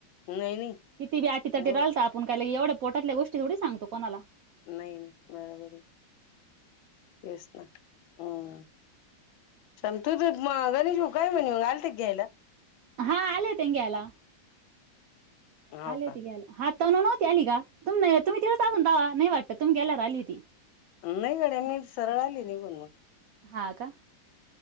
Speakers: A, on the left; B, on the right.
A: नाही नाही
B: किती बी अटीतटीला
A: हम्म
B: आलतं आपण काय लगे एवढं का पोटातल्या गोष्ट थोडी सांगतो कोणाला
A: नाही नाही बराबर तेच ना हम्म चल तर ते मा गणेश भाऊ काय म्हणे मग आलते का घ्यायला?
B: हा आले होते ना घ्यायला.
A: हाव
B: आले होते
A: का
B: घ्यायला. हा तनु नव्हती आली का? तुमन तुम्ही तेव्हाच असणं तवा नाही वाटतं तुम्ही गेल्यावर आली होती.
A: नाही गड्या मी सरळ आली निघून म
B: हा का